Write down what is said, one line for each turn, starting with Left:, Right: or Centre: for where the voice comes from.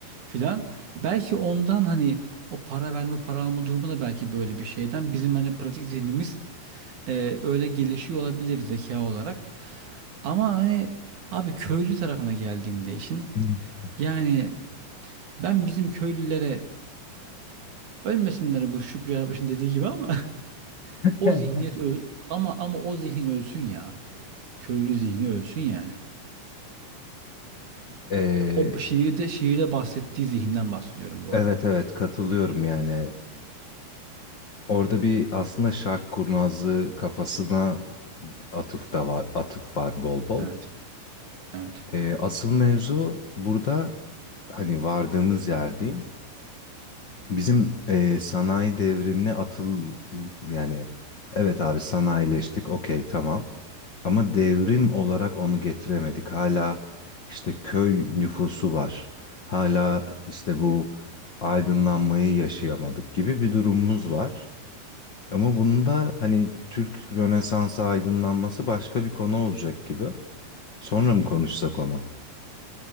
Right: filan. Belki ondan hani o para verme para alma durumu da belki böyle bir şeyden bizim hani pratik zihnimiz eee, öyle gelişiyor olabilir zeka olarak. Ama hani abi köylü tarafına geldiğinde işin
Left: <laughs>
Right: yani ben bizim köylülere ölmesinler bu Şükrü Erbaş'ın dediği gibi ama <laughs> O
Left: Hı.
Right: zihniyet ö- ama ama o zihin ölsün ya. Köylü zihni ölsün yani.
Left: Ee,
Right: O şiirde şiirde bahsettiği zihinden bahsediyorum bu
Left: evet
Right: arada.
Left: evet katılıyorum yani. Orada bir aslında şark kurnazlığı kafasına atıf da var, atıf var bol bol.
Right: Evet. Evet.
Left: Ee, asıl mevzu burada hani vardığımız yer diyeyim. Bizim eee, sanayi devrimine atıl yani evet abi sanayileştik okey tamam. Ama devrim olarak onu getiremedik. Hala işte köy nüfusu var. Hala işte bu aydınlanmayı yaşayamadık gibi bir durumumuz var. Ama bunda hani Türk Rönesansı aydınlanması başka bir konu olacak gibi. Sonra mı konuşsak onu?